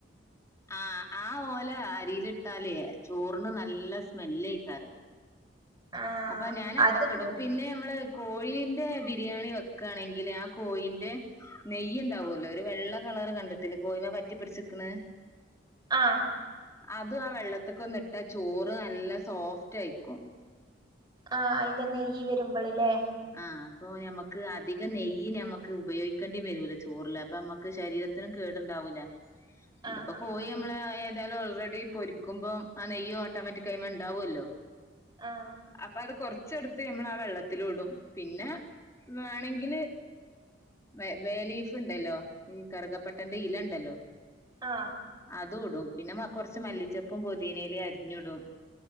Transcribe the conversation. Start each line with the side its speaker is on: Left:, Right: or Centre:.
Left: ആഹ് ആ ഓല അരിയിലിട്ടാലേ ചോറിന് നല്ല സ്മെല്ലയ്ക്കാരം.
Right: ആഹ്
Left: അപ്പൊ ഞാനതൊക്കെ
Right: അതിപ്പോ
Left: ഇടും, പിന്നെ നമ്മള് കോഴീന്റെ ബിരിയാണി വെക്കാണെങ്കിൽ ആ കോഴീന്റെ നെയ്യ്ണ്ടാവോല്ലോ, ഒരു വെള്ള കളർ കണ്ടിട്ട് ട്ടില്ലേ കോയിമ്മെ പറ്റി പിടിച്ചുക്കണ്
Right: ആഹ്
Left: അതും ആ വെള്ളത്തിക്കൊന്നിട്ട ചോറ് നല്ല സോഫ്റ്റ് ആയിക്കും.
Right: ആഹ് അയിന്റെ നെയ്യ് വരുമ്പള് ല്ലേ
Left: ആഹ് അപ്പൊ ഞമ്മക്ക് അധികം നെയ്യ് ഞമ്മക്ക് ഉപയോഗിക്കണ്ടീം വരൂല ചോറില് അപ്പൊ ഞമ്മക്ക് ശരീര ത്തിനും കേടുണ്ടാവൂല്ല
Right: ആഹ്
Left: ഇതിപ്പോ
Right: ആഹ്
Left: കോയിമ്മള
Right: ആഹ്
Left: എ ന്തായാലും ഓൾറെഡി പൊരിക്കുമ്പം ആ നെയ്യും ഓട്ടോമാറ്റിക് അയിമ്മേ ഉണ്ടാവോല്ലോ.
Right: ആഹ്
Left: അപ്പൊ അത് കൊറച്ചെടുത്ത് നമ്മൾ ആ വെള്ളത്തിലിടും, പിന്നെ വേണെങ്കില് ബെ ബേലീഫ് ഉണ്ടല്ലോ, ഈ കറുകപ്പട്ടന്റെ ഇല ഉണ്ടല്ലോ!
Right: ആഹ്
Left: അതും ഇടും, പിന്നെ കൊറച്ച് മല്ലിച്ചപ്പും പുതിന ഇലയും അരിഞ്ഞിടും,